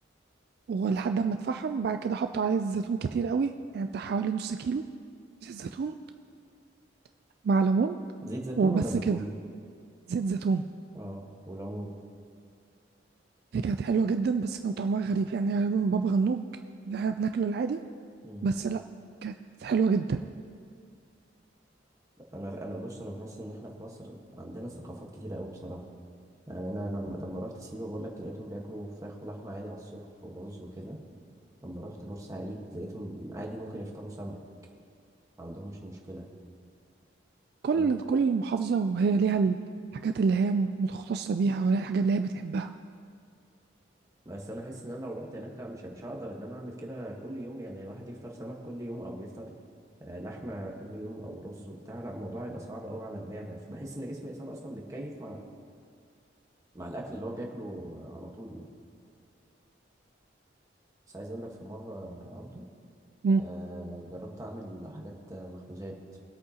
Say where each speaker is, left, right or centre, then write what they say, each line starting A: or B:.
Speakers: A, on the right (about 55°); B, on the right (about 15°).
A: ولحد ما اتفحم بعد كده حط عليه الزيتون كتير قوي يعني بتاع حوالي نص كيلو زيت زيتون <clears throat> مع ليمون
B: زيت زيتون
A: وبس
B: ولا زيتون
A: كده زيت زيتون
B: اه وليمون
A: هي كانت حلوة جدا بس كان طعمها غريب يعني غالبا بابا غنوج اللي احنا بناكله العادي
B: مم.
A: بس لا كانت حلوة جدا
B: انا انا بص انا بحس ان احنا في مصر عندنا ثقافات كتيره قوي بصراحه يعني انا لما لما رحت سيوه بقول لك لقيتهم بياكلوا فراخ ولحمه عادي على الصبح ورز وكده لما رحت بورسعيد لقيتهم عادي ممكن يفطروا سمك ما عندهمش مشكله
A: كل
B: يم-
A: كل محافظة وهي ليها الحاجات اللي هي متخصصة بيها ولا الحاجات اللي هي بتحبها
B: بس انا حاسس ان انا لو رحت هناك لا مش مش هقدر ان انا اعمل كده كل يوم يعني الواحد يفطر سمك كل يوم او يفطر آه، لحمه كل يوم او رز وبتاع لا الموضوع هيبقى صعب قوي على المعده بحس ان جسم الانسان اصلا بيتكيف مع مع الاكل اللي هو بياكله على طول يعني بس عايز اقول لك في مره يا عبده
A: مم.
B: آه جربت اعمل حاجات مخبوزات